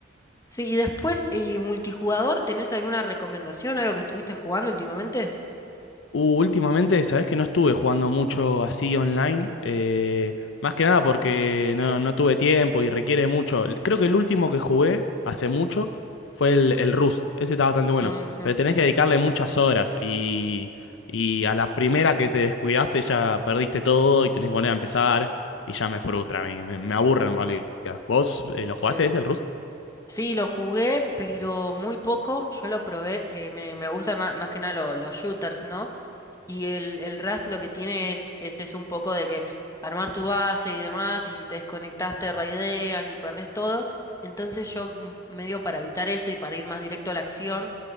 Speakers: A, on the left (about 15°); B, on the left (about 70°).
A: Sí, y después, eh, multijugador, ¿tenés alguna recomendación, algo que estuviste jugando últimamente?
B: Uh, últimamente, sabes que no estuve jugando mucho así online, eh, más que nada porque no, no tuve tiempo y requiere mucho. Creo que el último que jugué hace mucho fue el, el Rust, ese está bastante bueno,
A: Ujú.
B: pero tenés que dedicarle muchas horas y, y a la primera que te descuidaste ya perdiste todo y tenés que volver a empezar y ya me frustra, a mí, me, me aburre en realidad. ¿Vos eh, lo
A: Sí,
B: jugaste ese,
A: sí.
B: el Rust?
A: Sí, lo jugué, pero muy poco. Yo lo probé. eh, me, me gusta más, más que nada lo- los shooters, ¿no? Y el, el Rust lo que tiene es, es eso un poco de que armar tu base y demás, y si te desconectas te raidean y perdés todo. Entonces yo mm, medio para evitar eso y para ir más directo a la acción,